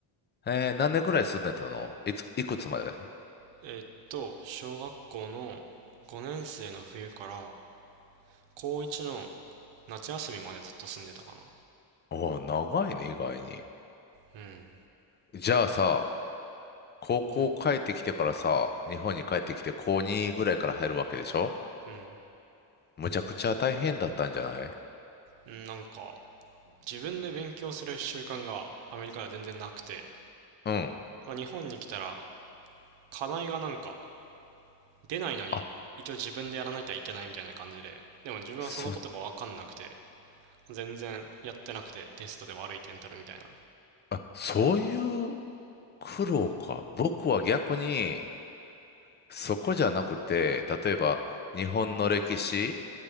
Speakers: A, on the left (about 25°); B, on the right (about 70°).
A: えー、何年ぐらい住んでたのいつ、いくつまで
B: えーっと、小学校の5年生の冬から高1の夏休みまでずっと住んでたかな。
A: ああ、長いね、意外に。
B: うん。
A: じゃあさ、高校帰ってきてからさ、
B: うん。
A: 日本に帰ってきて高2ぐらいから入るわけでしょ
B: うん。
A: むちゃくちゃ大変だったんじゃない
B: なんか、自分で勉強する習慣がアメリカでは全然なくて、
A: うん。
B: ま日本に来たら課題がなんか出ないのに一応自分でやらなきゃいけないみたいな感じで、
A: あ、
B: でも自分はそのことが分かんなくて、
A: そ、
B: 全然やってなくてテストで悪い点取るみたいな。
A: あ、そういう苦労か。僕は逆に、そこじゃなくて、例えば日本の歴史